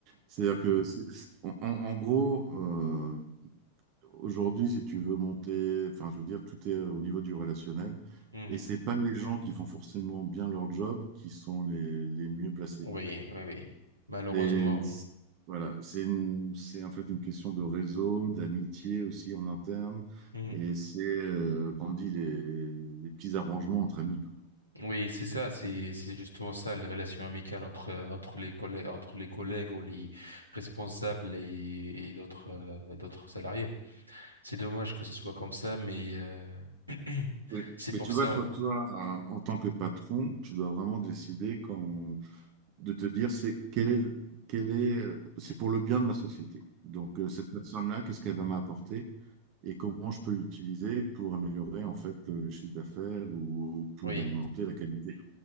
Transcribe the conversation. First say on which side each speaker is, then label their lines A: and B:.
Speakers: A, on the right; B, on the right.
A: C'est-à-dire que, c'est- c'est- en, en- en gros, euh, aujourd'hui, si tu veux monter, enfin, je veux dire, tout est au niveau du relationnel.
B: Oui,
A: Et c'est pas les gens qui font forcément bien leur job qui sont les, les mieux placés.
B: oui, oui. Malheureusement,
A: Et
B: oui.
A: c'est- voilà, c'est une- c'est en fait une question de réseau, d'amitié aussi en interne.
B: Mhm.
A: Et c'est, euh, comment on dit, les, les petits arrangements entre amis,
B: Oui, c'est ça, c'est c'est justement ça, les relations amicales entre euh, entre les collègues entre les collègues ou les responsables et, et d'autres euh, d'autres salariés. C'est dommage que ce soit comme ça, mais euh, <clears throat>
A: Mais,
B: c'est
A: mais
B: pour
A: tu
B: ça.
A: vois, toi, toi, en en tant que patron, tu dois vraiment décider quand, de te dire c'est quel est, le- quel est, euh, c'est pour le bien de ma société. Donc euh, cette personne-là, qu'est-ce qu'elle va m'apporter et comment je peux l'utiliser pour améliorer en fait le chiffre d'affaires ou, ou pour
B: Oui,
A: augmenter la qualité